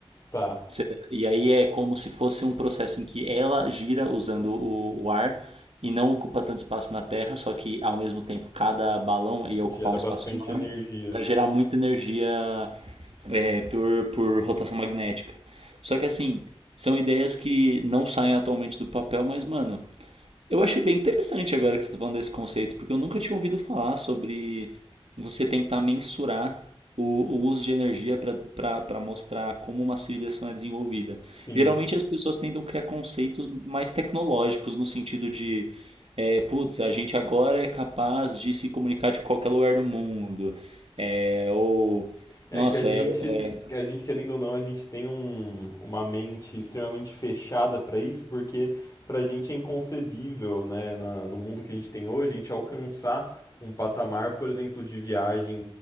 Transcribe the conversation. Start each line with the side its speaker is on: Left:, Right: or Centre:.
Left: tá.
Right: Você- E aí é como se fosse um processo em que ela gira usando o, o ar e não ocupa tanto espaço na Terra, só que ao mesmo tempo cada balão ia ocupar
Left: Gera
Right: um espaço
Left: bastante
Right: enorme
Left: energia.
Right: para gerar muita energia é, por, por rotação magnética. Só que assim, são ideias que não saem atualmente do papel, mas mano, eu achei bem interessante agora que você está falando desse conceito, porque eu nunca tinha ouvido falar sobre você tentar mensurar o, o uso de energia para mostrar como uma civilização é desenvolvida.
Left: Sim,
Right: Geralmente as pessoas tentam criar conceitos mais tecnológicos, no sentido de, é, putz, a gente agora é capaz de se comunicar de qualquer lugar do mundo. É, ou,
Left: É
Right: nossa,
Left: que a gente,
Right: é, é,
Left: a gente querendo ou não, a gente tem um- uma mente extremamente fechada para isso, porque pra gente é inconcebível, né, na- no mundo que a gente tem hoje, a gente alcançar um patamar, por exemplo, de viagem